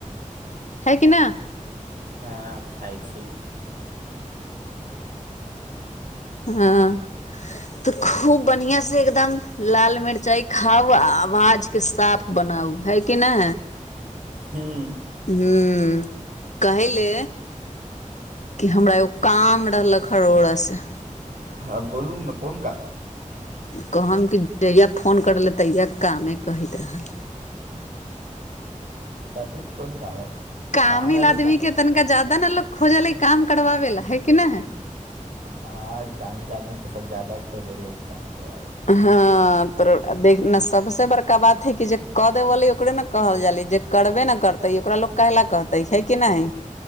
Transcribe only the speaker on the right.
हँ खइ छी।
हू।
हँ बोलू ने कोन काम।
कहू कोन काम हइ
काम लागी
तऽ
हँ कामिल ल आदमीे सब ज्यादा खोजैले काम। करबाबै ला